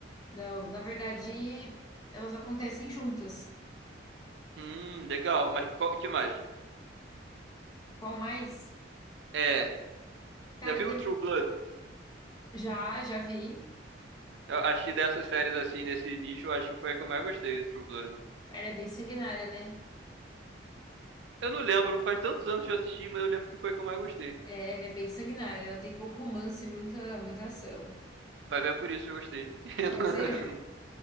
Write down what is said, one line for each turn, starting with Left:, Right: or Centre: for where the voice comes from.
Left: não. Na verdade, elas acontecem juntas.
Right: Hum, legal. Mas qual que mais?
Left: Qual mais?
Right: É.
Left: Cara,
Right: Já viu
Left: teve...
Right: o True Blood?
Left: já, já vi.
Right: Eu acho que dessas séries assim, nesse nicho, eu acho que foi a que eu mais gostei do True Blood.
Left: Ela é bem sanguinária, né?
Right: Eu não lembro, faz tantos anos que eu assisti, mas eu lembro que foi a que eu mais gostei.
Left: É, ela é bem sanguinária. Ela tem pouco romance e muita, muita ação.
Right: Mas é por isso que eu gostei. <laughs>
Left: Pode ser? <laughs>